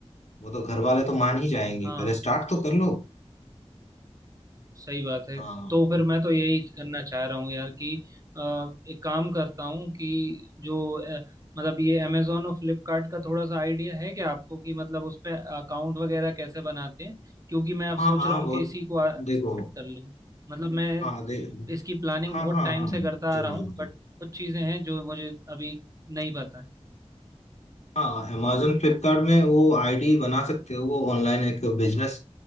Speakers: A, on the left; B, on the right.
A: वो तो घर वाले तो मान ही जाएंगे
B: हाँ
A: पहले स्टार्ट तो कर लो
B: सही बात है
A: हाँ
B: तो फिर मैं तो यही करना चाह रहा हूँ यार कि अ, एक काम करता हूँ कि जो अ, मतलब ये अमेजोन और फ्लिपकार्ट का थोड़ा सा आइडिया है क्या आपको कि मतलब उस पे अकाउंट वगैरह कैसे बनाते हैं क्योंकि मैं अब
A: हाँ
B: सोच
A: हाँ
B: रहा हूँ
A: बहुत
B: कि इसी को
A: देखो
B: स्टार्ट कर लूँ मतलब मैं
A: हाँ दे
B: इसकी प्लानिंग
A: हाँ
B: बहुत
A: हाँ
B: टाइम
A: हाँ
B: से करता
A: जरूर
B: आ रहा हूँ
A: जरूर जरूर।
B: बट कुछ चीज़ें हैं जो मुझे अभी नहीं पता है
A: हाँ amazon फ्लिपकार्ट में वो आईडी बना सकते हो वो ऑनलाइन एक बिजनेस